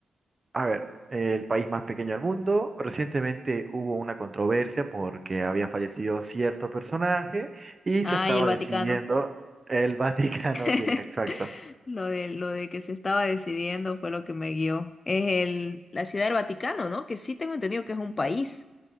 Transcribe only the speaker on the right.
A ver, el país más pequeño del mundo. Recientemente hubo una controversia porque había fallecido cierto personaje y
se estaba
decidiendo el Vaticano. <laughs> Bien,
exacto.